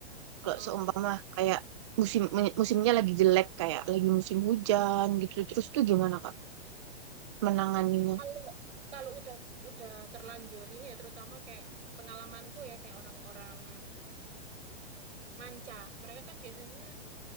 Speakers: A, on the right; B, on the right.
A: kalau
B: oh,
A: seumpama kayak musim musimnya lagi jelek kayak lagi musim hujan gitu terus tuh gimana kak menanganinya?
B: kalau kalau udah udah terlanjur ini ya, terutama kayak pengalamanku ya, kayak orang-orang manca. Mereka kan biasanya